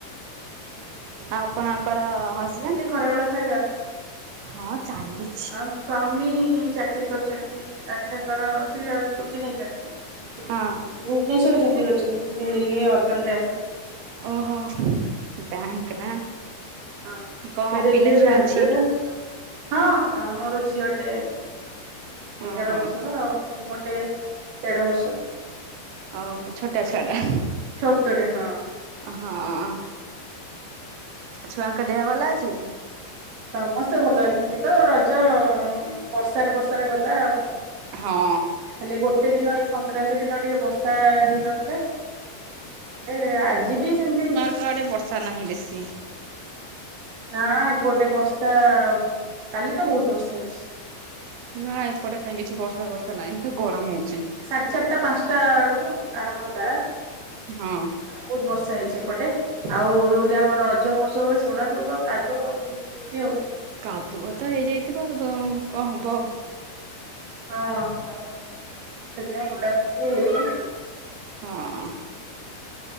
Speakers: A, on the right (about 80°); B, on the right (about 65°).
A: ଆପଣ ଆଙ୍କର ହଜବେଣ୍ଡ
B: ଖରାବେଳ ଖାଇବା
A: ହଁ ଚାଲି
B: ଆଉ ସ୍ଵାମୀ ଚାକିରିୀ କରିଛନ୍ତି ଆଜି ତାଙ୍କର ସେ ଛୁଟି ନେଇଛନ୍ତି
A: ହଁ
B: ସେ ଭୁବନେଶ୍ୱରରେ ଚାକିରି କରିଛନ୍ତି ସେ ରେଲୱେ ଅର୍ବାନ୍ ବ୍ୟାଙ୍କରେ
A: ଓହୋ ବ୍ୟାଙ୍କ ନା
B: ହଁ
A: କଣ
B: ରେଲୱେ
A: ପିଲା ଛୁଆ
B: ବ୍ୟାଙ୍କ୍
A: ଅଛି?
B: ସେଇଟା ହଁ ମୋର ଝିଅ ଟେ ହଁ
A: ହଁ
B: ଏଗାର
A: ହଁ
B: ବର୍ଷର ଆଉ ପୁଅଟେ ଦେଢ଼ ବର୍ଷର
A: ଓହୋ ଛୋଟ ଛୁଆ ଟା
B: ଛୋଟ ଟେ ହଁ
A: ହଁ ଛୁଆଙ୍କ ଦେହ ଭଲ ଅଛି
B: ସମସ୍ତେ ଭଲ ଅଛନ୍ତି ଏଇ ତ ରଜ ବର୍ଷାରେ ବର୍ଷାରେ ଗଲା ଆଉ
A: ହଁ
B: ଖାଲି ଗୋଟେ ଦିନ ଏଇ ସଂକ୍ରାନ୍ତି ଦିନ ଟିକେ ବର୍ଷା ହେଇନଥିଲା ନହେଲେ ଆଜି ବି ସେମିତି
A: କୁଆଡ଼େ ବର୍ଷା ନାହିଁ ବେଶୀ
B: ନା ଏପଟେ ବର୍ଷା କାଲି ତ ବହୁତ ବର୍ଷା ହେଇଛି
A: ନା ଏପଟେ କାହିଁକି କିଛି ବର୍ଷା ଫର୍ଷା ନାହିଁ ଗରମ ହଉଛି
B: ସାଢ଼େ ଚାରିଟା ପାଞ୍ଚଟା ବେଳକୁ ଆରମ୍ଭ ହେଲା
A: ହଁ
B: ବହୁତ ବର୍ଷା ହେଇଛି ଏପଟେ ଆଉ ଯୋଉଠି ଆମର ରଜ ମହତ୍ସବ ହୁଏ ସେଗୁଡା ସୁ ତ କାଦୁଅ ହେଇଯାଇଛି ଆଉ
A: କାଦୁଅ ତ ହେଇଯାଇଥିବ ପାରୁ ତ କଣ ହବ ଆଉ
B: ହଁ ଆଉ ସେଥିପାଇଁ ବୁଲାବୁଲି ବି ହେଇନି
A: ହଁ